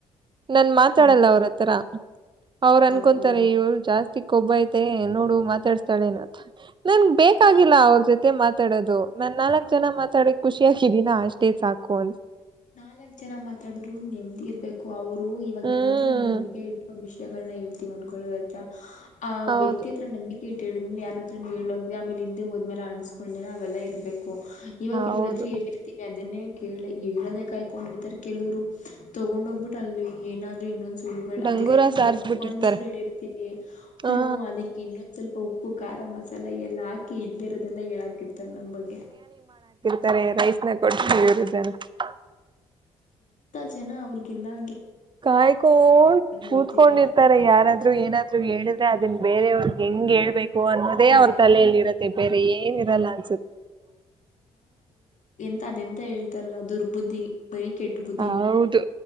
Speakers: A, on the right; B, on the left.
A: ನನ್ ಮಾತಾಡಲ್ಲ
B: ಹ್ಮ್
A: ಅವ್ರತ್ರ ಅವ್ರ್ ಅನ್ಕೊಂತಾರೆ
B: ಹೌದು
A: ಇವಳ್ ಜಾಸ್ತಿ ಕೊಬ್ಬೖತೆ ನೋಡು ಮಾತಾಡ್ಸ್ತಾಳೆ ನ ಅಂತ ನನ್ಗ್ ಬೇಕಾಗಿಲ್ಲ ಅವ್ರ ಜೊತೆ ಮಾತಾಡೋದು ನಾನ್ ನಾಲ್ಕ್ ಜನ ಮಾ ತಡಿ ಖುಷಿ ಆಗಿದೀನಾ ಅಷ್ಟೇ ಸಾಕು ಅ
B: ನಾಲ್ಕ್ ಜನ ಮಾತಾಡ್ರು ನೆಮ್ದಿ ಇರ್ಬೇಕು. ಕು ಅವ್ರು ಅವ್ರು ಇವಾಗ
A: ಹ್ಮ್
B: ಏನಾದ್ರು ಒಂದು ನಂಬಿಕೆ ಇಟ್ಟ್ಕೊಂಡ್ ವಿಷಯಗಳನ್ನ ಹೇಳ್ ತೀವನ್ಕೊಳ್ಳುವ ಆಯ್ತಾ ಆ
A: ಹೌದು
B: ವ್ಯಕ್ತಿ ಹತ್ರ ನಂಬಿಕೆ ಇ ತಿಳಿದ್ಮಲೆ ಯಾರತ್ರನೂ ಹೇಳೋದು ಆಮೇಲೆ ಹಿಂದೆ ಹೋದ್ಮೇಲೆ ಅಣಸ್ಕೊಂಡೇ ಅವೆಲ್ಲ ಇರಬೇ ಕು ಇವಾಗ ಇವರತ್ರ
A: ಹೌದು
B: ಹೇಳಿರ್ತೀವಿ ಅದನ್ನೇ ಕೇಳ <unintelligible> ಕಾಯ್ಕೊಂಡಿರ್ತಾರೆ ಕೆಲವ್ರು ತೊಗೊಂಡ್ ಹೋಗ್ಬಿಟ್ಟು ಅಲ್ಲಿ ಏನಾದ್ರೆ ಇನ್ನೊಂದ್ <unintelligible>
A: ಡಂಗೂರ
B: ಅದಕ್ಕೆ ನಾವು
A: ಸಾರ್ಸ್ಬಿಟ್ಟಿರ್ತಾರೆ
B: ಒಂದ ಒಂದ್ ಚೂರ್ ಹೇಳಿರ್ತೀವಿ
A: ಹಾ
B: ಹ್ಮು ಅದಿಕ್ ಇನ್ನೊಂದ್ ಸ್ವಲ್ಪ ಉಪ್ಪು ಖಾರ ಮಸಾಲ ಎಲ್ಲ ಎಲ್ಲ ಹಾಕಿ ಇಲ್ದೆರೋದೆಲ್ಲ ಹೇಳಾಕಿರ್ತಾರ ನಮ್ ಬಗ್ಗೆ.
A: ತಾರೆ ರೈಸ್ ನ ಕೊ <unintelligible>
B: ತೆನ ಅವ್ರಗೆಲ್ಲಾ
A: ಕಾಯ್ಕೋಂಡ್ ಕೂತ್ಕೊಂಡಿರ್ತಾರೆ
B: ಗೊತ್ತಿಲ್ಲ
A: ಯಾರಾದ್ ದ್ರು ಏನಾದ್ರು ಹೇಳಿದ್ರೆ ಅದನ್ನ್ ಬೇರೆಯವ್ರಗ್
B: ಹ
A: ಹೆಂಗ್ ಹೇಳ್ಬೇಕು ಅನ್ನೋದೇ
B: ಬರೀ
A: ಅವ್ರ ತಲೆಯಲ್ಲಿ ಇರುತ್ತೆ ಬೇರೆ ಏನ್ ಏನಿರಲ್ಲ ಅನ್ಸುತ್ತ್
B: <unintelligible> ಅಂತ ಹೇಳ್ತಾರಲ್ಲ ದುರ್ಬುದ್ಧಿಗೆ ಬರೀ ಕೆಟ್ಟ್ ಬುದ್ಧಿನೇ
A: ಹೌದು